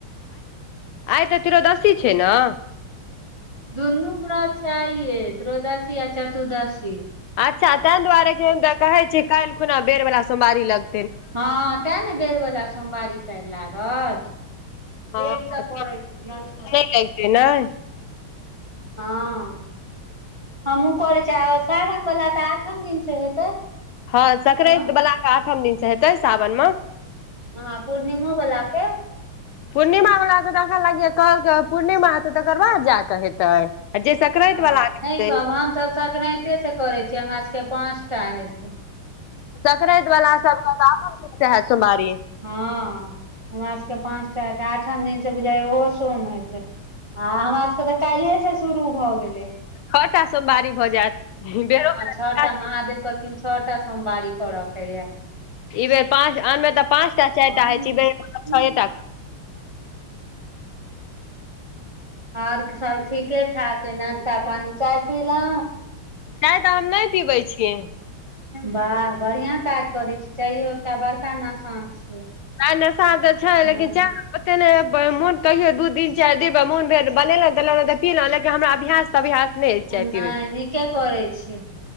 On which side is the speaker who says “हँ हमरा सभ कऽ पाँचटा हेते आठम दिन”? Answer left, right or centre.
Right